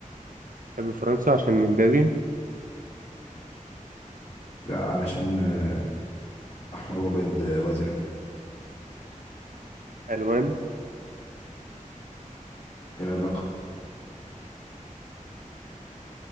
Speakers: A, on the right; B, on the left.
A: تحب فرنسا عشان إمبابي
B: لا علشان آه، احمر وابيض آه، وازرق
A: ألوان
B: ايه العلاقه